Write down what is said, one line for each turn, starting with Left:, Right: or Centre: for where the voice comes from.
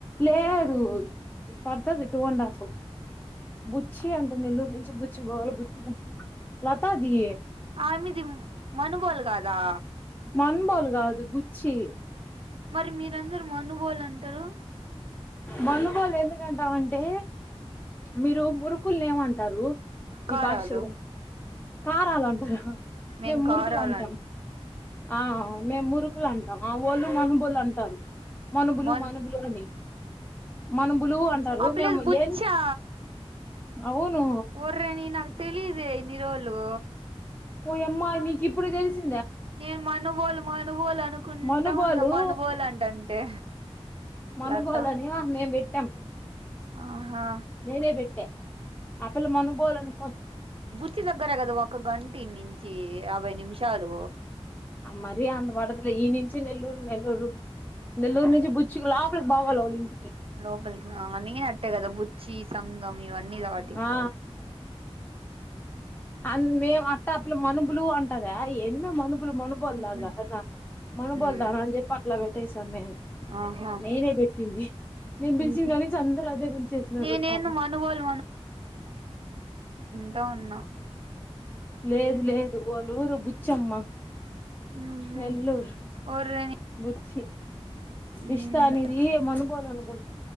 Left: లేదు పడుతుది టూ అండ్ హాఫ్ బుచ్చి అంటే నల్లురు నుంచి బుచ్చు పోవాలి బుచ్చు లతాది
Right: ఆ మీది మన బోల్ కాదా
Left: మన బల్ కాదు బుచ్చి
Right: మరి మీరందరూ మనుబోళ అంటారు
Left: మందుబళ్ళు ఎందుకంటామంటే మీరు మురుకులు ఏమంటారు మీబషలోం
Right: కారాలు
Left: కారాల అంటారా
Right: మేం
Left: మేము మురుగులు
Right: కారాలు
Left: అంటాం ఆ మేము మురుకులు అంటాం ఆ వాళ్ళు మనుబోళ్ళు అంటారు మన బలు
Right: మొన్
Left: మన బలు అని మనుబులు అంటారు
Right: ఆ పిలేది
Left: మేము
Right: బుచ్చా
Left: ఏం అవును
Right: వర్రే నీ నాకు తెలిద నిర హలో
Left: ఓయమ్మా నీకిప్పుడు తెలిసి
Right: నేను మనుబోలు మనుబోలు అనుకుంటా
Left: మనుబోలు
Right: ఉన్నా మనుబోలు అంటంటే
Left: మనుబోలని
Right: లత
Left: ఆమె వి విట్టం
Right: ఆహా
Left: నేనే పెట్టా ఆ పిల్ల ల మనుబోలనికో
Right: చి దగ్గర గద వా ఒక గంటీ నించి ఈ యాభై నిమిషాలు
Left: మరీ అంత పడదులే ఈ నుంచి నెల్లూరు నెల్లూరు నెల్లూరు నుంచి బుచ్చికు లోపలికి బోవాలి వాళ్ళింటి
Right: లోపలికి రా అని అట్టే కదా బుచ్చి సంగం ఇవన్నీ కావటి
Left: ఆ
Right: పో
Left: అందే అట్ట అ పిల్ల మనుబులు అంటాదా ఏంది మే మను బులు మనుబోల్లాగా
Right: ఊహు
Left: కన్నా మనుబోల్దానా
Right: మ్
Left: అని చెప్పి అట్లా పెట్టేసాం మేము
Right: ఆహా
Left: నేనే పెట్టింది నేను పిలిచినకానించి
Right: ఊహు
Left: అందరూ అదే పిలిచేసినారు
Right: నేనేందో
Left: పాపం
Right: మనుబోలు టా వున్నా
Left: లేదు లేదు ఓక ఊరు బుచ్చమ్మ
Right: ఉహు
Left: నెల్లూర్
Right: ఓర్ని
Left: బుచ్చి
Right: ఉమ్
Left: ఇష్టానిజ ఈ మనుబోధన